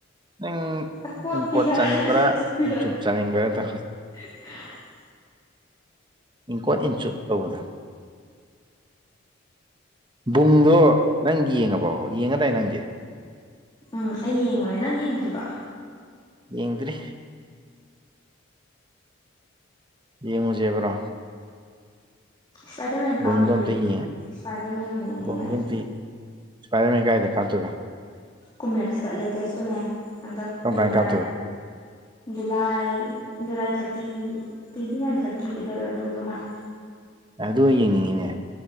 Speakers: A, on the right; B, on the left.
A: ꯅꯪ
B: ꯑꯀꯣꯠꯄꯤꯔ
A: ꯏꯪꯀꯣꯠ ꯆꯥꯅꯤꯡꯕ꯭ꯔ
B: ꯑꯆꯨꯞꯄꯤꯔ
A: ꯏꯟꯆꯨꯞ ꯆꯥꯅꯤꯡꯕ꯭ꯔꯗꯣ
B: <unintelligible>
A: ꯏꯪꯀꯣꯠ ꯏꯟꯆꯨꯞ ꯇꯧꯕꯗꯣ ꯕꯨꯡꯗꯣ ꯅꯪ ꯌꯦꯡꯉꯕꯣ ꯌꯦꯡꯉꯗꯥꯏ ꯅꯪꯗꯤ
B: ꯎꯝ ꯑꯩ ꯌꯦꯡꯉꯨꯔꯦ ꯅꯪ ꯌꯦꯡꯗ꯭ꯔꯤꯕꯣ
A: ꯌꯦꯡꯗ꯭ꯔꯤ ꯌꯦꯡꯉꯨꯖꯦꯕ꯭ꯔꯣ
B: ꯏꯁꯄꯥꯏꯗꯔꯃꯦꯟ
A: ꯕꯨꯡꯗꯣ
B: ꯀꯥꯞꯇꯣꯔꯦ
A: ꯑꯝꯇ ꯌꯦꯡ
B: ꯏꯁꯄꯥꯏꯗꯔꯃꯦꯟ ꯑꯣꯏꯅ ꯌꯦꯡꯅꯤꯡꯉꯦ
A: ꯕꯨꯡꯗꯣ
B: ꯑꯩꯗꯤ
A: ꯑꯝꯇ <unintelligible> ꯗꯔꯃꯦꯟ ꯀꯥꯏꯗ ꯀꯥꯞꯇꯣꯏꯕ
B: ꯀꯨꯝꯃꯦꯛꯁꯇ ꯂꯦꯇꯦꯁꯇꯨꯅꯦ ꯍꯟꯗꯛ
A: ꯀꯔꯝ
B: ꯄ꯭ꯔꯤꯃꯔ
A: ꯀꯥꯟꯗ ꯀꯥꯞꯇꯣꯏꯕ
B: July July thirty twenty nine thirty ꯑꯗꯥꯏꯋꯥꯏꯗ ꯑꯣꯏꯗꯧ ꯃꯥꯜꯂꯦ
A: ꯑꯗꯨ ꯑꯣꯏ ꯌꯦꯡꯅꯤꯡꯉꯤꯅꯦ